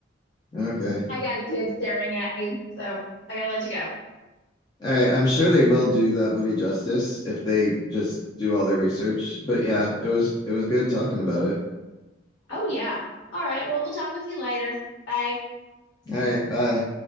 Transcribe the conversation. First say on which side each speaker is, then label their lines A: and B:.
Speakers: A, on the left; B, on the left.
A: okay.
B: I got a kid staring at me, so I gotta let you go.
A: All right, I'm sure they will do that movie justice if they just do all their research. But yeah, it was it was good talking about it.
B: Oh yeah. All right. Well, we'll talk with you later. Bye.
A: All right, bye.